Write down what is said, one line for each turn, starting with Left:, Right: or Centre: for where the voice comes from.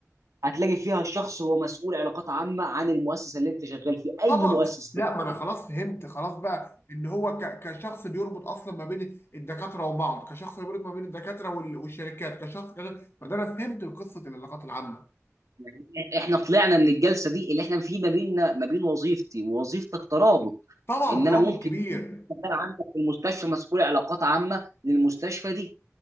Right: هتلاقي فيها شخص هو مسؤول علاقات عامه عن المؤسسه اللي انت شغال فيها اي
Left: طبعا
Right: مؤسسه
Left: لا
Right: طبيه
Left: ما انا خلاص فهمت خلاص بقى ان هو ك- كشخص بيربط اصلا ما بين الدكاتره وبعض كشخص بيربط ما بين الدكاتره وال- والشركات كشخص كده فده انا فهمت قصه العلاقات العامه
Right: يعني احنا طلعنا من الجلسه دي اللي احنا في ما بيننا ما بين وظيفتي ووظيفتك ترابط
Left: طبعا
Right: ان
Left: ترابط
Right: انا ممكن
Left: كبير
Right: شغال عندك في المستشفى مسؤول علاقات عامه للمستشفى دي